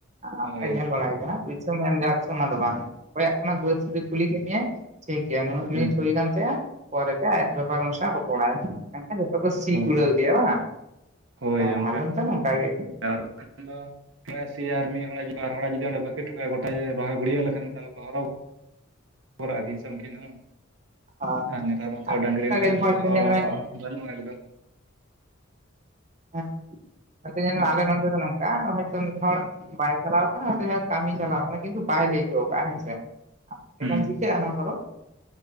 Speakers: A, on the right; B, on the right.
A: ᱚᱝᱠᱟ
B: ᱦᱳᱭ
A: ᱧᱮᱞ ᱵᱟᱲᱟᱭ ᱠᱟᱱᱟ ᱯᱩᱭᱥᱟᱹ <unintelligible> ᱚᱱᱟ ᱫᱚ ᱵᱟᱝ ᱚᱠᱚᱭᱟᱜ ᱠᱟᱱᱟ ᱵᱟᱹᱫᱽ ᱥᱩᱫ ᱠᱩᱞᱤ ᱠᱮᱫ ᱢᱮᱭᱭᱟᱞ <unintelligible> ᱴᱷᱤᱠ ᱜᱮᱭᱟ ᱱᱩᱱᱟᱹᱜ ᱢᱤᱱᱤᱴᱷ
B: ᱦᱩᱸ
A: ᱦᱩᱭ ᱠᱟᱱ ᱛᱟᱭᱟ ᱯᱚᱨᱮ ᱛᱮ ᱟᱭᱟᱜ ᱵᱮᱯᱟᱨ ᱚᱱᱥᱟ ᱨᱚᱯᱲᱟ ᱮᱱᱠᱷᱟᱱ ᱱᱤᱛᱚᱜ ᱫᱚ ᱥᱤ
B: ᱦᱳᱭ
A: ᱠᱩᱲᱟᱹᱣ ᱤᱫᱤᱭᱟ ᱵᱟᱝ
B: ᱦᱳᱭ
A: ᱦᱮᱸ
B: ᱚᱱᱠᱟ
A: ᱟᱞᱚᱢ ᱛᱚ ᱱᱚᱝᱠᱟ ᱜᱮ
B: <unintelligible> ᱟᱨ ᱢᱤᱫ ᱦᱚᱲ ᱵᱟᱨ ᱦᱚᱲ ᱡᱩᱫᱤ ᱚᱸᱰᱮ ᱵᱟᱹᱠᱤ ᱴᱚᱠᱟᱜᱼᱟ ᱜᱚᱴᱟ ᱨᱚᱦᱚᱭ ᱜᱩᱲᱭᱟᱹ ᱞᱮᱠᱷᱟᱱ ᱛᱟᱦᱚᱞᱮ ᱦᱚᱨᱚᱜ <unintelligible> <unintelligible> ᱩᱝᱠᱤᱱ ᱦᱚᱸ
A: ᱦᱳᱭ
B: ᱟᱨ ᱱᱮᱛᱟᱨ ᱢᱚᱛᱚ
A: ᱟᱞᱮ
B: ᱰᱟᱝᱨᱤ
A: ᱚᱱᱠᱟ
B: ᱱᱟᱦᱮᱞ
A: ᱜᱮ ᱦᱚᱭᱛᱚ
B: ᱦᱚᱸ
A: ᱧᱮᱞ ᱢᱮ
B: ᱵᱟᱹᱜ-ᱟ ᱮᱠᱫᱚᱢ
A: <unintelligible> ᱟᱞᱮ ᱢᱚᱱᱫᱮᱫ ᱱᱚᱝ ᱦᱚᱭᱛᱳ ᱢᱤᱫ ᱦᱚᱲ ᱵᱟᱭ ᱪᱟᱞᱟᱣ ᱠᱟᱱᱟ ᱠᱟᱹᱢᱤ ᱪᱟᱞᱟᱣ ᱠᱟᱱᱟ ᱠᱤᱱᱛᱩ ᱵᱟᱭ ᱞᱟᱹᱭ ᱦᱚᱴᱚᱣ ᱠᱟᱜ-ᱟ ᱦᱮᱸᱥᱮ ᱮᱠᱷᱟᱹᱧ
B: ᱦᱩᱸ
A: ᱪᱤᱠᱟᱹᱜᱼᱟ ᱚᱱᱟ ᱠᱚᱫᱚ